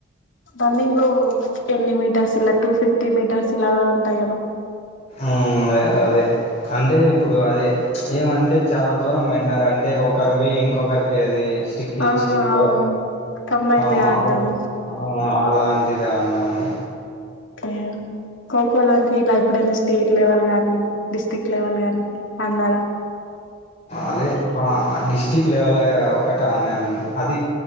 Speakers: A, on the left; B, on the left.
A: రన్నింగ్ ఎన్ని మీటర్స్ ఇలా టు ఫిఫ్ టి మీటర్స్ ఇలా కూడా ఉంటాయి కదా
B: ఉమ్ అదే అదే అంటే ఇప్పుడు అదే ఏమంటే చాలా దూరం పెట్టినారు అంటే ఒకరి పోయి ఇంకొకరికి అది స్టిక్ ఇచ్చి
A: ఆ అవును
B: గో
A: కంబైన్డ్
B: ఆ
A: గా
B: అదే
A: ఆడదాం
B: ఆ అలా డిగా అన్నాము
A: అయ్యో ఖోఖో లాంటివి ఇలా ఎప్పుడైనా స్ స్టేట్ లెవల్ గాని డిస్టిక్ లెవెల్ గాని అన్నారా
B: అదే ఆ డిస్టిక్ లెవెల్ ఒకటి అన్నాము అది